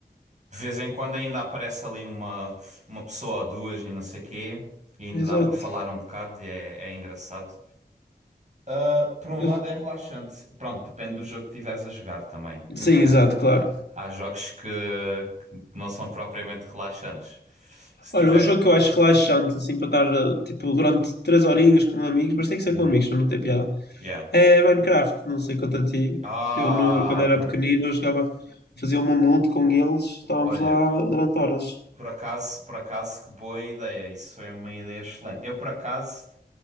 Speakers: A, on the right; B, on the left.
A: de vez em quando ainda aparece ali uma, uma pessoa ou duas e não sei o quê, e ainda
B: Exato.
A: dá para falar um bocado e é, é engraçado. Ah, por um
B: Eu-
A: lado é relaxante, pronto, depende do jogo que tiveres a jogar também, porque
B: Sim, exato, claro.
A: há jogos que, que não são propriamente relaxantes. Se tiver...
B: Olha, um jogo que eu acho relaxante, assim, para estar, eh, tipo, durante três horinhas com amigos, mas tem que ser
A: Uhum,
B: com amigos, senão não tem piada.
A: yeah.
B: É Minecraft, não sei quanto a ti.
A: Ah,
B: Eu, no, quando era
A: por
B: pequenino,
A: ac-
B: eu jogava, fazia um monte com eles, estávamos
A: olha...
B: lá durante horas.
A: Por acaso, por acaso, que boa ideia. Isso foi uma ideia excelente. Eu, por acaso,